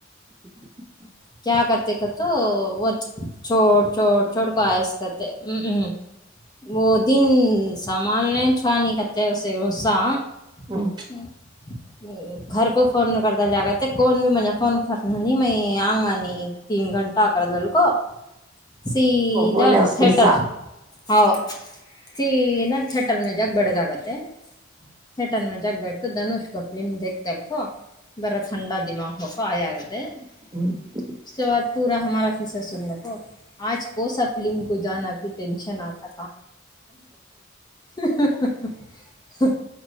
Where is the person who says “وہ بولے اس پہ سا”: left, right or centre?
Right